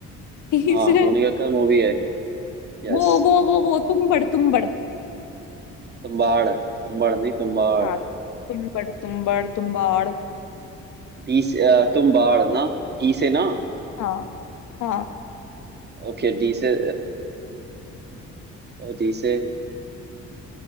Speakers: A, on the left (about 75°); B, on the right (about 35°).
A: टी
B: हाँ
A: से
B: टोनी कक्कड़ मूवी है यस
A: वो वो वो वो तुम बड़ तुम बड़
B: तुम्बाड़ तुम्बाड़ नहीं तुम्बाड़
A: हाँ तुम बड़ तुम बड़ तुम बाड़
B: डी से अ, तुम बाढ़ ना डी से ना
A: हाँ हाँ
B: ओके डी से डी से